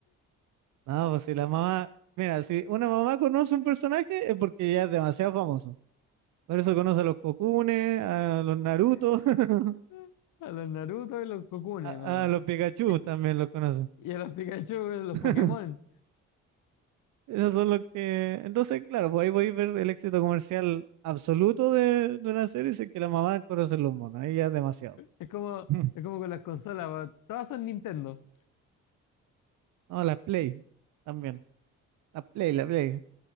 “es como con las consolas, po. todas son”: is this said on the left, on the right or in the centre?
Left